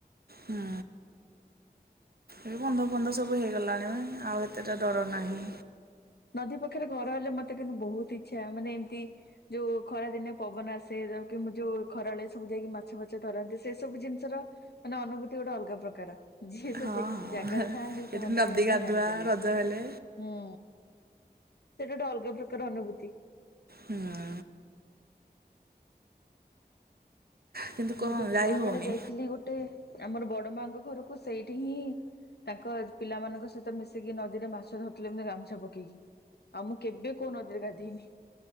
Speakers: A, on the right; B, on the left.
A: ହୁଁ। ଏ ବନ୍ଧ ଫନ୍ଧ ସବୁ ହେଇଗଲାଣି ଆଉ ଏତେଟା ଡର ନାହିଁ।
B: ନଦୀ ପାଖରେ ଘର ହେଲେ ମତେ କିନ୍ତୁ ବହୁତ ଇଚ୍ଛା ମାନେ ଏମିତି ଯୋଉ ଖରା ଦିନେ ପବନ ଆସେ ଯ କି ଯୋଉ ଖରାବେଳେ ସବୁ ଯାଇକି ମାଛ ଫାଛ ଧରନ୍ତି ସେ ସବୁ ଜିନିଷର ମାନେ ଅନୁଭୂତି ଗୋଟେ ଅଲଗା ପ୍ରକାର। ଯିଏ ସେ
A: ହଁ
B: ଜାଗାରେ
A: ହଁ
B: ଥାଆନ୍ତି
A: ଏଠି
B: ସେମାନେ
A: ନଦୀ
B: ହିଁ
A: ଗାଧୁଆ
B: ଜାଣିପାରିବେ
A: ରଜ ହେଲେ
B: ହୁଁ। ସେଇଟା ଗୋଟେ ଅଲଗା ପ୍ରକାର ଅନୁଭୂତି।
A: ହଁ ହଁ। କିନ୍ତୁ କଣ
B: ମୁଁ ତ ଛୁଆ
A: ଯାଇ ହଉନି
B: ବେଳେ ଯାଇଥିଲି ଗୋଟେ ଆମର ବଡ ମାଙ୍କ ଘରକୁ ସେଇଠି ହିଁ ତାଙ୍କ ପିଲାମାନଙ୍କ ସହିତ ମିଶିକି ନଦୀରେ ମାଛ ଧରିଥିଲେ ଏମିତି ଗାମୁଛା ପକେଇକି। ଆଉ ମୁଁ କେବେ କୋଉ ନଦୀରେ ଗାଧୋଇନି।